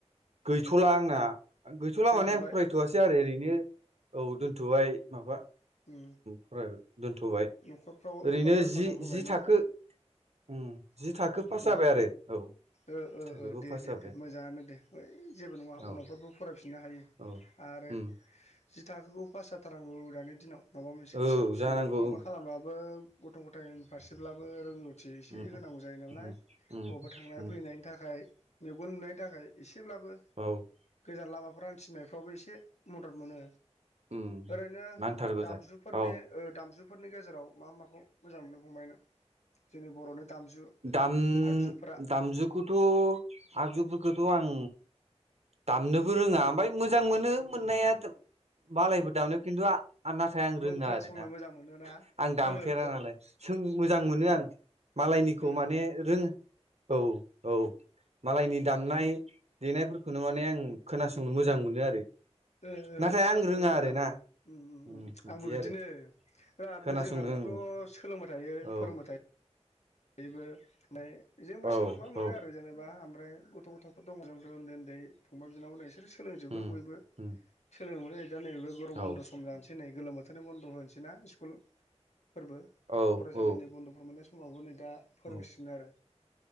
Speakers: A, on the right (about 70°); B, on the left (about 75°).
A: गैथ'ला
B: उम
A: आंना गैथ'ला
B: दोनथ'बाय
A: माने आं फरायथ'वसै आरो ओरैनो औ दोनथ'बाय माबा
B: उम
A: फराय दोनथ'बाय
B: न'खरफ्राव
A: ओरैनो
B: न'खरफ्राव हेफाजाब
A: जि
B: होबाय
A: जि
B: ना
A: थाखो उम जि थाखो पास
B: उम
A: जाबाय आरो औ
B: ओ
A: जि
B: ओ
A: थाखोखौ
B: ओ दे
A: पास
B: दे
A: जाबाय
B: दे मोजाङानो दे ओइ जेबो नङा
A: औ
B: उनावफोरबो फरायफिननो हायो
A: औ
B: आरो
A: उम
B: जि थाखोखौ पास जाथारनांगौ दानि दिनाव माबा मोनसे
A: औ
B: फिसा फिसौ
A: जानांगौ
B: माबा
A: उम
B: खालामबाबो गथ' गथायनि फारसेब्लाबो रोंगौथि एसे
A: उम
B: होनांगौ जायो नालाय
A: उम उम
B: बहाबा थांनानै
A: उम
B: फैनायनि थाखाय मेगन नुनायनि थाखाय एसेब्लाबो
A: औ
B: गोजान लामा न'खर हानथिनायफ्रावबो एसे मदद मोनो
A: उम
B: ओरैनो
A: नांथारगौ
B: दामजुफोरनि
A: जायो औ
B: ओ दाम दामजुफोरनि गेजेराव मा माखौ मोजां मोननो फंबाय नों जोंनि बर'नि दामजु
A: दाम
B: आगजुफोरा
A: दामजुखौथ' आगजुफोरखौथ' आं दामनोबो रोङा ओमफ्राय मोजां मोनो मोननाया मालायफोर दामनायाव खिन्थु आं नाथाय आं
B: उम
A: रोङा
B: खोनासंनो
A: आरोना
B: मोजां मोनोना
A: आं दामफेरा
B: ओहो बिराद
A: नालाय सों मोजां मोनो आं मालायनिखौ
B: उम
A: माने रोङो औ औ मालायनि दामनाय देनायफोरखौनो माने आं खोनासंनो मोजां
B: उम
A: मोनो आरो
B: ओ ओ
A: नाथाय
B: खोनासंबाय
A: आं रोङा
B: थानो मोजां
A: आरोना
B: मोनो उम उम
A: बिदि
B: उम आंबो बिदिनो
A: आरो
B: बिराद
A: खोनासंनो
B: जों गामियावथ' सोलोंबाय थायो
A: औ
B: फोरोंबाय थायो माने जोंबो
A: औ
B: सोलोंबा मोनो
A: औ
B: आरो जेनेबा ओमफ्राय गथ' गथ'फोर दं जों उन्दै उन्दै फंबाय बिनानाव बिसोरो सोलोंजोबो
A: उम
B: बयबो
A: उम
B: सोलों दा नैबे गरम
A: औ
B: बन्द' सम जानोसै नै गोलोम बोथोरनि बन्द' होनोसैना स्कुल फोरबो
A: औ
B: फरायसालिनि
A: औ
B: बन्द'फोर मोननाय समावबो नै दा फोरोंसिगोन
A: औ
B: आरो